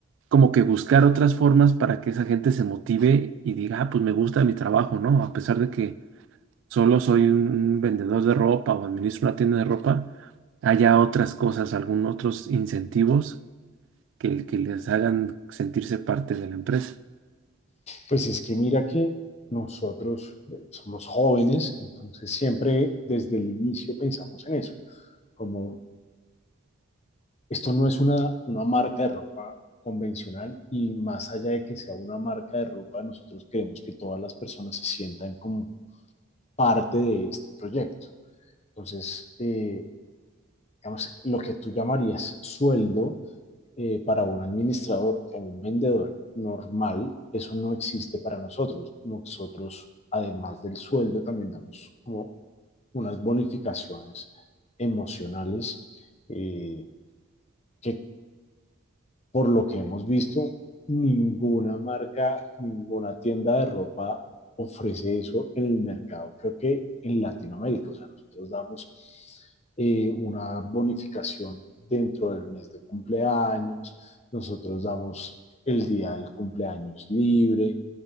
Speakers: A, on the right; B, on the left.
A: como que buscar otras formas para que esa gente se motive y diga, ah, pues me gusta mi trabajo, ¿no? A pesar de que solo soy un, un vendedor de ropa o administro una tienda de ropa, haya otras cosas, algún otros incentivos que, que les hagan sentirse parte de la empresa.
B: Pues es que mira que nosotros eh, somos jóvenes, entonces siempre desde el inicio pensamos en eso, como esto no es una, una marca de ropa convencional y más allá de que sea una marca de ropa, nosotros queremos que todas las personas se sientan como parte de este proyecto. Entonces, eh, digamos, lo que tú llamarías sueldo eh, para un administrador o un vendedor normal, eso no existe para nosotros. Nosotros, además del sueldo, también damos como unas bonificaciones emocionales eh, que por lo que hemos visto, ninguna marca, ninguna tienda de ropa ofrece eso en el mercado, creo que en Latinoamérica. O sea, nosotros damos eh, una bonificación dentro del mes de cumpleaños, nosotros damos el día del cumpleaños libre,